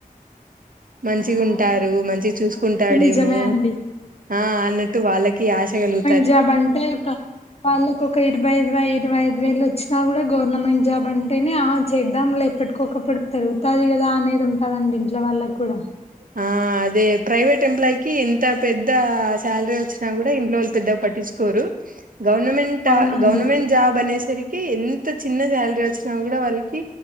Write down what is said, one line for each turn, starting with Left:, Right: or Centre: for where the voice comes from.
Right: మంచిగా
Left: ఆ
Right: ఉంటారు
Left: అవునండి
Right: మంచి
Left: అవునవును
Right: చూసుకుంటాడేమో
Left: అదైతే నిజమే అండి
Right: ఆ అన్నట్టు వాళ్ళకి కి ఆశ కాలు
Left: జబ్ అంటే ఒక వాళ్ళకి ఒక ఇరవై ఇరవై ఐదు ఇరవై ఐదు వేలు వచ్చినా కూడా గవర్నమెంట్ జాబ్ అంటేనే ఆ చేద్దాం లే ఎప్పటికొకప్పుడు పెరుగుతది కదా అనేది ఉంటదండి ఇంట్లో వాళ్ళు కూడా
Right: ఆ అదే ప్రైవేట్ ఎంప్లాయీకిి ఎంత పెద్ద శాలరీ వచ్చినా కూడా ఇంట్లో వాళ్ళు పెద్దగా పట్టించుకోరు గవర్నమెంటా
Left: అవునండి
Right: గవర్నమెంట్ జాబ్ అనే సరికి ఎంత చిన్న శాలరీ వచ్చినా కూడా వాళ్ళకి